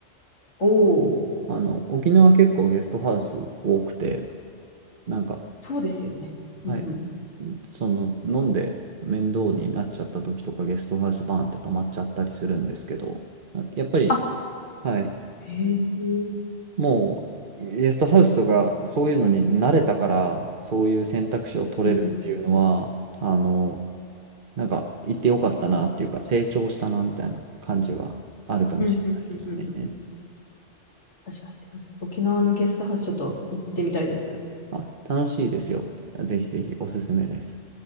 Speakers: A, on the left (about 70°); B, on the right (about 50°).
A: おお、
B: あの、沖縄結構ゲストハウス多くて、なんか、
A: そうですよね。
B: はい、
A: うんうん、
B: その、飲んで面倒になっちゃった時とかゲストハウスバーンって泊まっちゃったりするんですけど、なやっぱり、
A: あ、
B: はい、
A: へえ。うん
B: もう、ゲストハウスとかそういうのに慣れたから、そういう選択肢を取れるっていうのは、
A: うん
B: あの、なんか、行ってよかったなっていうか、成長したなみたいな感じはあるかもしれないですね。
A: うんうんうんうん確かに。沖縄のゲストハウスちょっと行ってみたいです。
B: あ、楽しいですよ。ぜひぜひおすすめです。